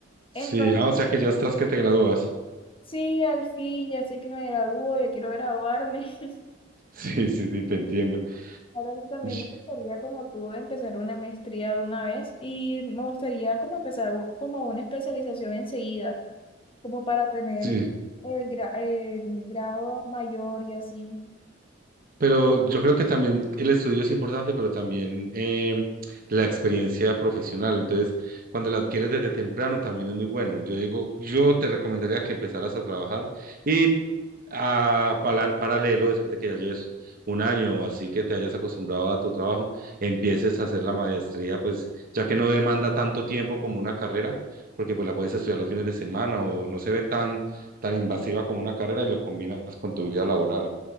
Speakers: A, on the left (about 30°); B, on the right (about 50°).
A: Entonces,
B: Sí, ah, o sea que ya estás que te gradúas. <laughs>
A: sí, al fin, ya sé que me gradúo, ya quiero graduarme. <laughs>
B: Sí, sí, sí, te entiendo.
A: Ahora yo también
B: Y-
A: me gustaría, como tú, empezar una maestría de una vez y me gustaría como empezar u- como una especialización enseguida. como para tener
B: Sí,
A: el, gra- el grado mayor y así.
B: Pero yo creo que también el estudio es importante, pero también em, la experiencia profesional. Entonces, cuando la adquieres desde temprano también es muy bueno. Yo digo, yo te recomendaría que empezaras a trabajar y a pala- paralelo, después de que ya lleves un año o así que te hayas acostumbrado a tu trabajo, empieces a hacer la maestría, pues ya que no demanda tanto tiempo como una carrera, porque pues la puedes estudiar los fines de semana o no se ve tan, tan invasiva como una carrera y lo combinas con tu vida laboral